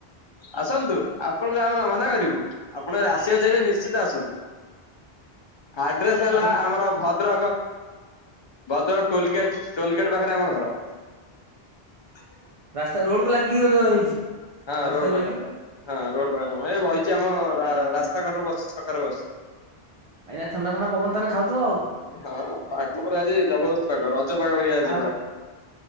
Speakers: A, on the left; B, on the right.
A: ଆସନ୍ତୁ ଆପଣଙ୍କୁ ଆମ କଣ ମନା କରିବୁ ଆପଣ ଆସିବାକୁ ଚାଇଁବେ ନିଶ୍ଚିତ ଆସନ୍ତୁ। ଆଡ୍ରେସ ହେଲା
B: ଆପଣ
A: ଆମର ଭ ଭଦ୍ର ଭଦ୍ରକ ଟୋଲଗେଟ ଟୋଲ ଗେଟ ପାଖରେ ଆମ ଘର। <unintelligible>
B: ରାସ୍ତା ରୋଡ କୁ ଲାଗିକି ବୋଧେ ହେଇଛି।
A: ହଁ
B: ରାସ୍ତାକୁ
A: ରୋଡ ପାଖରେ
B: ଲାଗି
A: ହଁ ରୋଡ ପାଖରେ ଏ ବହିଛି ଆମ ରାସ୍ କଡ଼ରେ ବସିଚି ଛକରେ ବସିଚି।
B: ଏାଇନା ଥଣ୍ଡା ଥଣ୍ଡା ପବନ ତ ଏନା ଖାଉଥିବ ଆଉ
A: ହଁ ପାଗ ପରା ଆଜି ଜବରଦସ୍ତ ପାଗ ରଜ ପାଗ ଭଳି ଆଜି
B: ଆଉ
A: ପା